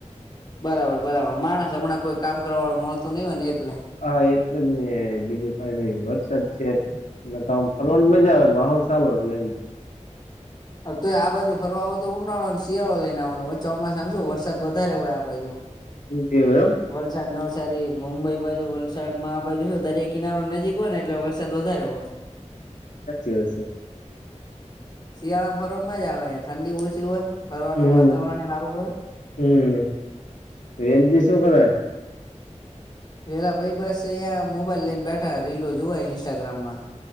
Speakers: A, on the left; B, on the left.
A: બરાબર, બરાબર માણસ હમણાં કોઈ કામ કરવા વાળું મળતું નહી હોય ને એટલે.
B: હા, એટલ જ ન બીજું કઈ નહી વરસાદ છે એટલે. એ તોમ ફરવાની મજા આવે, માહોલ ચાલો છે એમ.
A: હ, તો આ બાજુ ફરવા આવો તો, ઉનાળો અને શિયાળો લઈને આવવાનો, ચોમાસામાં શું વરસાદ વધારે હોય આ બાજુ.
B: જ મેડમ.
A: વલસાડ, નવસારી, મુંબઈ બાજુ, વલસાડ માં આ બાજુ શું દરિયા કિનારો નજીક હોય ને, એટલે વરસાદ વધારે હોય.
B: સાચી વાત છે.
A: શિયાળામાં ફરવા મજા આવે, ઠંડી ઓછી હોય, ફરવાનું
B: હમ
A: વાતાવરણ સારું હોય.
B: હમ, વેનથી શું કરે?
A: વેલા ભાઈ બસ અયા મોબાઈલ લઈને બેઠા, રીલો જોવા ઇન્સ્ટાગ્રામ માં.